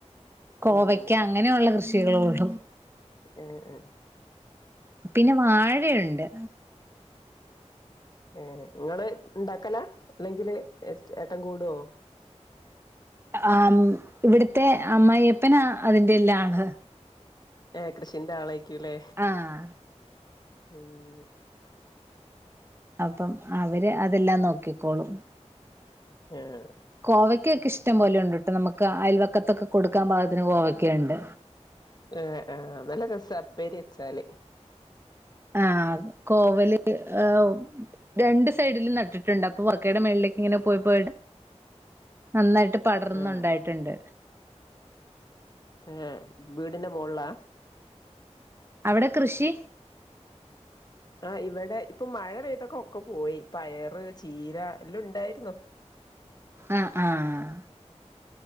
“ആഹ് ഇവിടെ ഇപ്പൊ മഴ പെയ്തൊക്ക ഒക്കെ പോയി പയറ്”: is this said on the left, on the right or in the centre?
Left